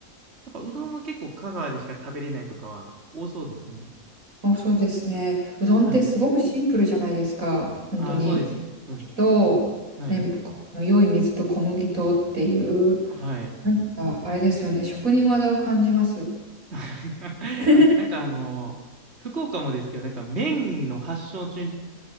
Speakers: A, on the right; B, on the right.
A: やっぱうどんは結構香川でしか食べれないとかは多そうですね。
B: ん。おそうですね。うどんってすごくシンプルじゃないですか。
A: はい。
B: 本当に。
A: あ、そうです。そうです。
B: と、
A: はい。
B: ね、この良い水と小麦とっていう、
A: はい。
B: なんか、あれですよね。職人技を感じます。
A: <laughs>
B: <laughs>
A: なんかあの、福岡もですけど、なんか麺の発祥地っ